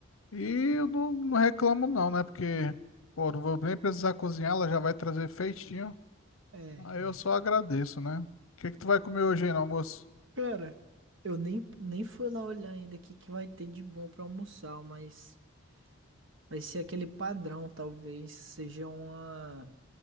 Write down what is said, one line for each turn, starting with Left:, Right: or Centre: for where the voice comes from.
Left: E eu não, não reclamo, não, né? Porque, pô, não vou nem precisar cozinhar, ela já vai trazer feitinho.
Right: É,
Left: Aí
Right: é.
Left: eu só agradeço, né? O que que tu vai comer hoje aí no almoço?
Right: Cara, eu nem, nem fui lá olhar ainda o que, que vai ter de bom pra almoçar, mas vai ser aquele padrão, talvez. Seja uma.